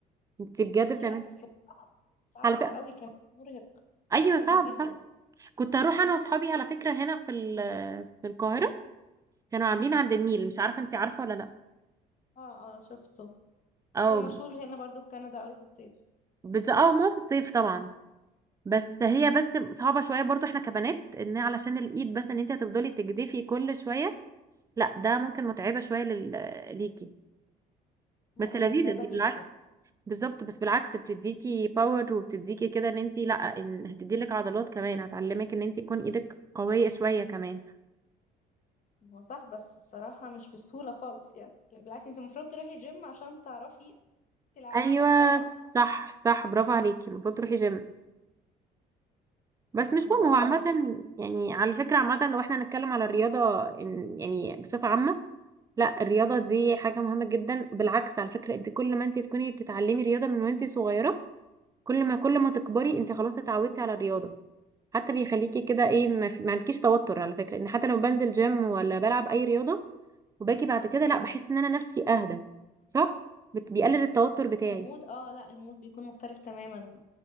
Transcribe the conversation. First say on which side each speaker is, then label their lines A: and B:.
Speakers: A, on the right (about 20°); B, on the left (about 50°).
A: انت بجد
B: ماشي
A: بتعملي
B: بقى بس صعب صعب
A: على
B: وقوي
A: فكره
B: كمان مرهق
A: ايوه صعب
B: مرهق جدا
A: صح كنت هروح انا واصحابي على فكره هنا في ال- في القاهره كانوا عاملين عند النيل مش عارفه انت عارفه ولا لا
B: اه اه شفته بس
A: او
B: هو مشهور هنا برضو في كندا قوي في الصيف
A: بس اه ما هو في الصيف طبعا بس هي بس صعبه شويه برضو احنا كبنات ان علشان الايد بس ان انت هتفضلي تجدفي كل شويه لا ده ممكن متعبه شويه لل... ليكي
B: لا
A: بس
B: هي
A: لذيذ
B: متعبه
A: انت بالعكس
B: جدا
A: بالظبط بس بالعكس بتديكي باور وبتديكي كده ان انت لا ان هتديلك عضلات كمان هتعلمك ان انت تكون ايدك قويه شويه كمان
B: هو صح بس الصراحة مش بالسهولة خالص يعني لا، بالعكس انت المفروض تروحي جيم عشان تعرفي تلعبيها
A: ايوه
B: فاهمة
A: صح صح برافو عليكي المفروض تروحي جيم بس
B: لا
A: مش
B: الموضوع
A: مهم هو
B: صعب
A: عامة
B: جدا
A: يعني على فكرة عامة لو احنا هنتكلم على الرياضة إن- يعني بصفة عامة لا الرياضة دي حاجة مهمة جدا بالعكس على فكرة انت كل ما انت تكوني بتتعلمي رياضة من وانت صغيرة كل ما كل ما تكبري انت خلاص اتعودتي على الرياضة حتى بيخليكي كده ايه ما, في- ما عندكيش توتر على فكرة ان حتى لما بنزل جيم ولا بلعب اي رياضة وباجي بعد كده لا بحس ان انا نفسي اهدى صح بت- بيقلل التوتر بتاعي
B: ومود اه لا المود بيكون مختلف تماما